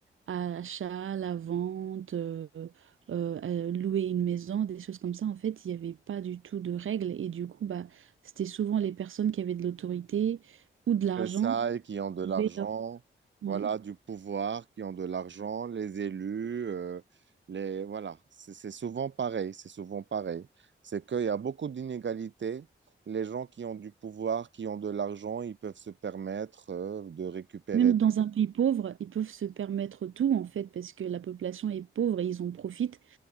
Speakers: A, on the right (about 80°); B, on the right (about 65°).
A: à l'achat, à la vente, euh, euh, à louer une maison, des choses comme ça, en fait, il n'y avait pas du tout de règles. Et du coup, bah, c'était souvent les personnes qui avaient de l'autorité ou de l'argent.
B: C'est ça, et qui ont de l'argent,
A: qui pouvaient avoir- ouais.
B: voilà, du pouvoir, qui ont de l'argent, les élus, euh, les, voilà, c'est c'est souvent pareil, c'est souvent pareil. C'est qu'il y a beaucoup d'inégalités. Les gens qui ont du pouvoir, qui ont de l'argent, ils peuvent se permettre, euh, de récupérer
A: Même
B: des...
A: dans un pays pauvre, ils peuvent se permettre tout, en fait, parce que la population est pauvre et ils en profitent